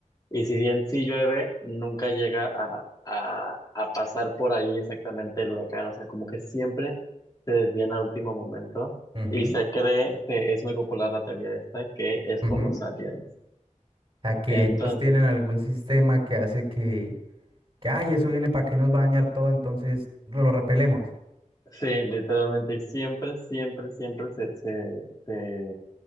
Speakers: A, on the left; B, on the right.
A: y si bien sí llueve, nunca llega a, a- a pasar por ahí exactamente el huracán. O sea, como que siempre se desvían al último momento.
B: ujú,
A: Y se cree, se- es muy popular la teoría esta, que es
B: ujú.
A: por los aliens.
B: A que
A: Entonces,
B: ellos tienen algún sistema que hace que, que, ay, eso viene para que nos va a dañar todo, entonces lo repelemos.
A: sí, literalmente, y siempre, siempre, siempre se, se, se